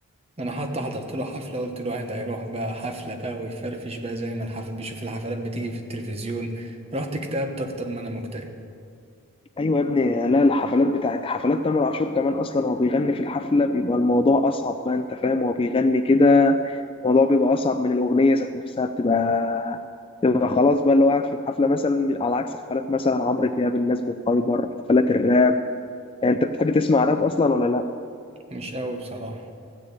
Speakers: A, on the right (about 25°); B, on the left (about 25°).
A: انا حتى حضرت له حفله قلت له واحد هيروح بقى حفله بقى ويفرفش بقى زي ما الحفل بيشوف الحفلات بتيجي في التلفزيون رحت اكتئبت اكتر ما انا مكتئب
B: ايوه يا ابني لا الحفلات بتاعت حفلات تامر عاشور كمان اصلا هو بيغني في الحفله بيبقى الموضوع اصعب بقى انت فاهم هو بيغني كده الموضوع بيبقى اصعب من الاغنيه ذات نفسها بتبقى بتبقى خلاص بقى اللي هو قاعد في الحفله مثلا على عكس حفلات مثلا عمرو دياب الناس بتهايبر حفلات الراب يعني انت بتحب تسمع راب اصلا ولا لا
A: مش قوي بصراحه